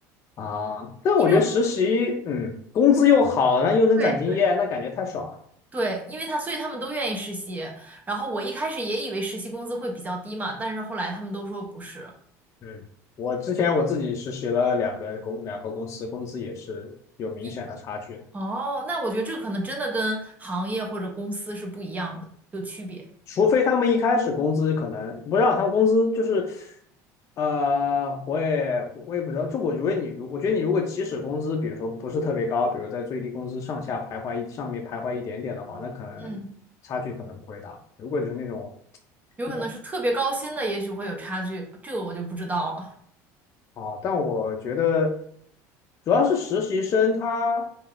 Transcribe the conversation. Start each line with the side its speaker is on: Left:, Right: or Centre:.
Left: 啊。但我觉得实习，
Right: 因为我
Left: 嗯，工资又好，然后又能攒经验，
Right: 对对。
Left: 那感觉太爽了。
Right: 对，因为他，所以他们都愿意实习。然后我一开始也以为实习工资会比较低嘛，但是后来他们都说不是。
Left: 嗯，我之前我自己实习了两个公两个公司，工资也是有明显的差距。
Right: 低哦，那我觉得这个可能真的跟行业或者公司是不一样的，有区别。
Left: 除非他们一开始工资可能不知道，他们工资就是，呃，我也我也不知道。就我觉得你，我觉得你如果即使工资，比如说不是特别高，比如在最低工资上下徘徊一上面徘徊一点点的话，那可能差距可能不会大。
Right: 嗯。
Left: 如果就是那种
Right: 有可能是特别高薪的，
Left: 一开
Right: 也许会有差距，这个我就不知道了。
Left: 啊，但我觉得主要是实习生他